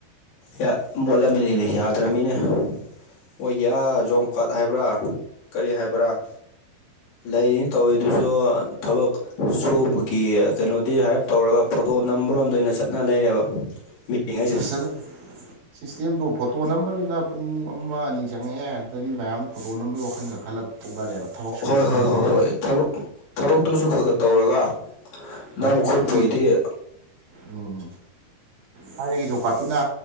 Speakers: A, on the left; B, on the right.
A: ꯌꯥ ꯃꯣꯂꯃꯤꯅꯤꯅꯦ ꯌꯥꯗꯔꯃꯤꯅꯦ ꯃꯣꯏꯒꯤꯌꯥ ꯖꯣꯝ ꯀꯥꯔꯠ ꯍꯥꯏꯕ꯭ꯔꯥ ꯀꯔꯤ ꯍꯥꯏꯕ꯭ꯔꯥ ꯂꯩꯔꯤꯅꯤ ꯇꯧꯔꯤꯗꯨꯁꯨ ꯊꯕꯛ ꯁꯨꯕꯒꯤ ꯀꯩꯅꯣꯗꯤ ꯍꯥꯏꯔꯞ ꯇꯧꯔꯒ ꯐꯣꯇꯣ ꯅꯝꯕꯔꯣꯝꯗ ꯑꯣꯏꯅ ꯆꯠꯅ ꯂꯩꯔꯦꯕ ꯃꯤꯉꯩꯁꯦ
B: ꯑꯁ ꯁꯤꯁꯇ ꯗ ꯐꯣꯇꯣ ꯅꯝꯕꯗꯨꯅ ꯄꯨꯡ ꯑꯃ ꯑꯅꯤ ꯆꯪꯉꯛꯑꯦ ꯑꯗꯨꯗꯤ ꯃꯌꯥꯝꯗ ꯐꯣꯇꯣ ꯅꯝꯕꯒꯤ ꯋꯥꯈꯜ ꯈꯔ ꯈꯜꯂ ꯇꯣꯛꯅꯔꯦꯕ ꯊꯕꯛ ꯁꯨꯕꯗꯣ
A: ꯍꯣꯏ ꯍꯣꯏ
B: ꯈꯟꯗ꯭ꯔꯦꯕ
A: ꯍꯣꯏ ꯍꯣꯏ ꯊꯕꯛ ꯊꯕꯛꯇꯨꯁꯨ ꯈꯔ ꯈꯔ ꯇꯧꯔꯒ ꯅꯝ
B: ꯃꯣꯏ ꯊꯥꯏꯅꯒꯤ
A: ꯈꯣꯠꯄ ꯑꯣꯏꯗꯤ
B: ꯎꯝ ꯊꯥꯏꯅꯒꯤ ꯆꯖꯣꯀꯥꯠꯇꯨꯅ